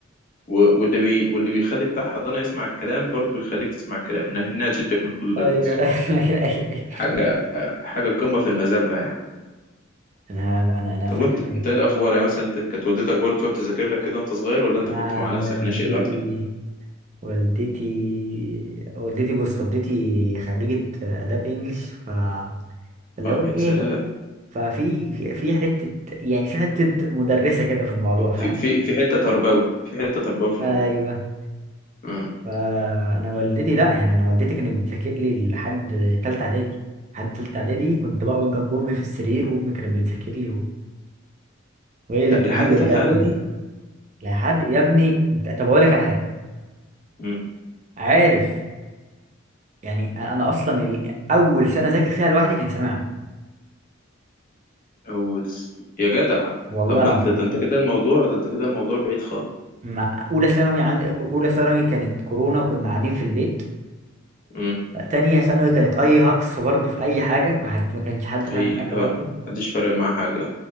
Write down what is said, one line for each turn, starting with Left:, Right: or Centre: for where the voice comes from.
Left: و- واللي بي واللي بيخلي بتاع حضانه يسمع الكلام برضه بيخليك تسمع الكلام إنها إنها تشدك من خدودك
Right: ايوه
Left: بس
Right: <laughs> ايوه أيوة. أيوة.
Left: حاجه حاجه قمه في المذله يعني
Right: انا انا انا
Left: طب
Right: فاكر
Left: انت انت ايه الاخبار يعني مثلا انت كانت والدتك برضه تقعد تذاكر لك كده وانت صغير ولا انت
Right: انا
Left: كنت مع نفسك
Right: والدتي
Left: ناشئ لوحدك
Right: والدتي والدتي بص والدتي خريجة آداب إنجلش فاللي
Left: اه
Right: هو
Left: يا
Right: إيه
Left: سلام
Right: ففي في في حتة يعني في حتة مدرسة كده في الموضوع فاهم
Left: في في في حته تربوي في حته تربوي في الموضوع
Right: أيوه
Left: امم
Right: فأنا والدتي لأ يعني أنا والدتي كانت بتذاكر لي لحد تالتة إعدادي لحد تالتة إعدادي كنت بقعد جنب أمي في السرير وأمي كانت بتذاكر لي وهي اللي بتعمل
Left: لحد
Right: لي
Left: تالته
Right: الجدول
Left: اعدادي
Right: ده لحد يا ابني انت- طب اقول لك على حاجه
Left: امم
Right: عارف يعني انا أنا اصلا ال- اول سنه ذاكر فيها لوحدي كانت ثانويه عامه
Left: أول س... يا جدع
Right: والله
Left: طب ما
Right: العظيم
Left: انت ده انت كده الموضوع ده انت كده الموضوع بعيد خالص
Right: ما اولى ثانوي عن اولى ثانوي كانت كورونا وكنا قاعدين في البيت
Left: امم
Right: تانية ثانوي كانت اي هكس برضه في اي حاجه ما, حد... ما كانش حد فاهم
Left: اي
Right: حاجه
Left: اه
Right: برضه
Left: محدش فارق معاه حاجة